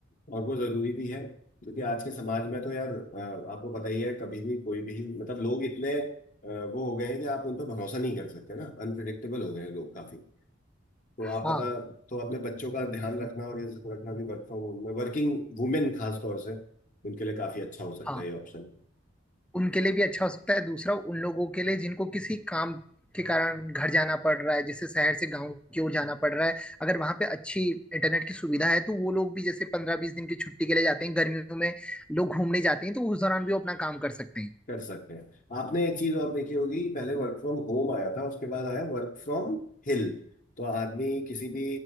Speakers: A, on the left; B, in the centre.
A: और वो जरूरी भी है क्योंकि आज के समाज में तो यार अ, आपको पता ही है कभी भी कोई भी मतलब लोग इतने अ, वो हो गए हैं कि आप उन पर भरोसा नहीं कर सकते ना अनप्रिडिक्टेबल हो गए हैं लोग काफी तो
B: हाँ
A: आप पता तो अपने बच्चों का ध्यान रखना और ये सब रखना भी वर्क फ्रॉम होम में वर्किंग वुमेन खास तौर से उनके लिए काफी अच्छा हो सकता
B: हाँ
A: है ये ऑप्शन
B: उनके लिए भी अच्छा हो सकता है दूसरा उन लोगों के लिए जिनको किसी काम के कारण घर जाना पड़ रहा है जैसे शहर से गांव की ओर जाना पड़ रहा है अगर वहां पे अच्छी इंटरनेट की सुविधा है तो वो लोग भी जैसे पंद्रह बीस दिन की छुट्टी के लिए जाते हैं गर्मियों में लोग घूमने जाते हैं तो उस दौरान भी वो अपना काम कर सकते हैं
A: कर सकते हैं आपने एक चीज और देखी होगी पहले वर्क फ्रॉम होम आया था उसके बाद आया वर्क फ्रॉम हिल तो आदमी किसी भी